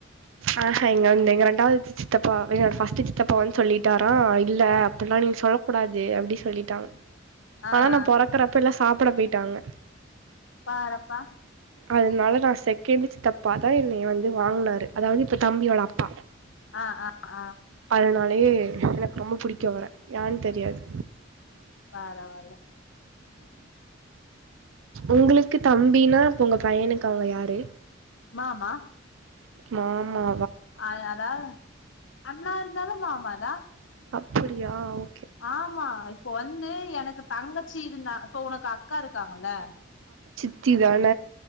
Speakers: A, on the right; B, on the left.
A: ஆஹா ஹா எங்க வ வந்து எங்க ரெண்டாவது சித்தப்பா என் ஃபர்ஸ்ட் சித்தப்பா வந்து சொல்லிட்டாரா இல்ல அப்டில்லாம் நீ சொல்ல கூடாது அப்படி சொல்லிட்டாங்க
B: ஆ
A: பணம் நான்
B: ஆ
A: பொறக்கறப்ப
B: ஆ
A: இல்ல சாப் ப்பற போயிட்டாங்க
B: பாரப்பா
A: அதனால நான் செகண்டு சித்தப்பாதான் என்னை வந்து வாங்கனாரு அதாவது இப்ப தம்பியோட அப்பா
B: ஆஹ் ஆஹ் ஆஹ்
A: அத்னாலே எனக்கு ரொம்ப புடிக்கும் அவர ஏன்னு தெரியாது
B: பரவாயல்ல
A: உங்களுக்கு தம்பினா அப்ப உங்க பையனுக்கு அவுங்க யாரு
B: மாமா
A: மாமா
B: ஆஹ் தாஅ அண்ணா இருந்தாலும் மாமா தான்
A: அப்படியா ஒ
B: ஆமா இப்ப வந்து எனக்கு தங்கச்சி இருந்தா இப்ப உனக்கு அக்கா இருக்காங்கல
A: சி தான